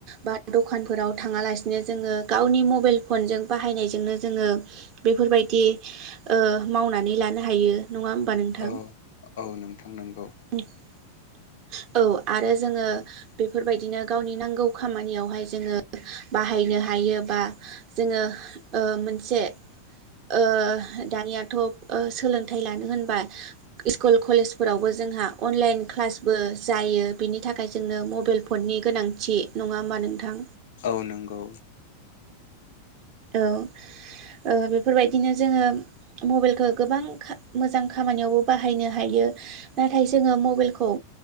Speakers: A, on the right; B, on the left.
A: बा दखानफोराव थाङालासिनो बिदिनो जोङो गावनि मबाइल फनजों बाहायनायजोंनो जोङो बेफोरबायदि ओ मावनानै लानो हायो नङा होमबा नोंथां
B: औ औ नोंथां नोंगौ।
A: <unintelligible> औ आरो जोङो बेफोरबायदिनो गावनि नांगौ खामानियावहाय जोङो बाहायनो हायो बा जोङो ओ मोनसे ओ दानियाथ'ओ सोलोंथाइ लानो होनबा स्कुल कलेजफोरावबो ज जोंहा अनलाइन क्लासबो जायो बेनि थाखाय जोंनो मबाइल फननि गोनांथि नङा होमबा नोंथां
B: औ नंगौ।
A: औ ओ बेफोरबायदि बिदिनो जोङो मबाइलखौ गोबां खा मोजां खामानियावबो बाहायनो हायो नाथाय जों जोङो मबाइलखौ